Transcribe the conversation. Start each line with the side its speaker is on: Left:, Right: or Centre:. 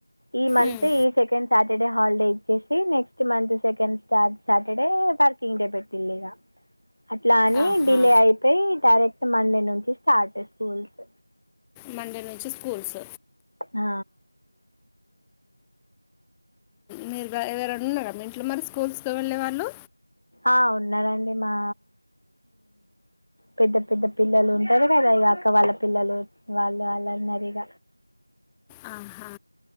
Left: ఈ మంత్
Centre: ఉమ్.
Left: ఈ సెకండ్ సాటర్డే హాలిడే వచ్చేసి next month second star Saturday working day పెట్టిలు ఇగ అట్లా అని
Centre: ఆహా
Left: డిలే అయిపోయి డైరెక్ట్ మండే నుంచి స్టార్ట్ స్కూల్స్
Centre: మండే నుంచి స్కూల్స్
Left: ఆ
Centre: మీరుగ ఎవరైనా ఉన్నార ఇంట్లో మరి స్కూల్స్కి వెళ్ళే వాళ్ళు
Left: ఆ ఉన్నారండి మా పెద్ద పెద్ద పిల్లలు ఉంటారు కదా ఇక అక్క వాళ్ళ పిల్లలు వాళ్ళు వాళ్ళున్నారు ఇగ
Centre: ఆహా